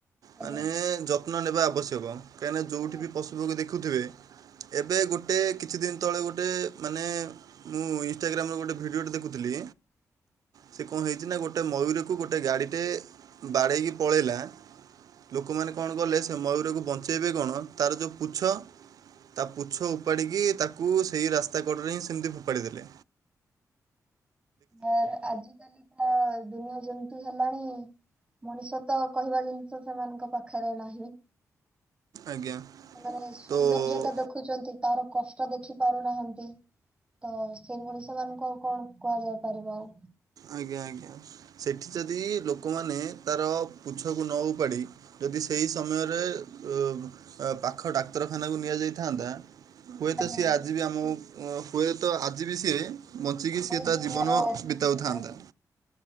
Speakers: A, on the right; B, on the right.
A: ଆଜ୍ଞା
B: ମାନେ ଯ <unintelligible> ନ ନେବା ଆବଶ୍ୟକ କାହିଁନା ଯୋଉଠି
A: ନିହାତି।
B: ବି ପଶୁପକ୍ଷୀ ଦେଖୁଥିବେ ଏବେ ଗୋଟେ କିଛି ଦିନ୍ ତଳେ ଗୋଟେ ମାନେ ମୁଁ ଇନଷ୍ଟାଗ୍ରାମର ଗୋଟେ ଭିଡ଼ିଓଟେ ଦେଖୁଥିଲି। ସେ କଁ ହେଇଚି ନା ଗୋଟେ ମୟୂରକୁ ଗୋଟେ ଗାଡିଟେ ବାଡ଼େଇକି ପଳେଲା ଲୋକମାନେ କଣ କଲେ ସେ ମୟୂରକୁ ବଞ୍ଚେଇବେ କଣ ତାର ଯୋଉ ପୁଛ ତା ପୁଛ ଉପାଡିକି ତାକୁ ସେଇ ରାସ୍ତା କଡରେ ହିଁ ସେମିତି ପାଡ଼ିଦେଲେ।
A: ମର୍ ଆଜିକାଲି <unintelligible> ଦୁନିଆ ଯେମିତି ହେଲାଣି ମଣିଷ ତ କହିବା ଜିନିଷ ସେମାନଙ୍କ ପାଖରେ ନାହିଁ।
B: ଆଜ୍ଞା
A: ସେମାନେ ସୁନ୍ଦର୍ଯ୍ୟତା
B: ତ
A: ଦେଖୁଚନ୍ତି ତାର କଷ୍ଟ ଦେଖି ପାରୁନାହାନ୍ତି। ତ ସେ ମଣିଷମାନଙ୍କୁ ଆଉ କଣ କୁହାଯାଇ ପାରିବ ଆଉ।
B: ଆଜ୍ଞା ଆଜ୍ଞା। ସେଠି ଯଦି ଲୋକମାନେ ତାର ପୁଛକୁ ନ ଉପାଡ଼ି ଯଦି ସେଇ ସମୟରେ ଔ ପାଖ ଡାକ୍ତରଖାନାକୁ ନିଆଯାଇଥାନ୍ତା ହୁଏତ
A: ଆଜ୍ଞା
B: ସିଏ
A: ଆଜ୍ଞା।
B: ଆଜି ବି ଆମକୁ ଉୁଁ ହୁଏତ ଆଜି ବି ସିଏ ବଞ୍ଚିକି ସିଏ
A: ଏଇ
B: ତା ଜୀବନ
A: <unintelligible>
B: ବିତାଉଥାନ୍ତା।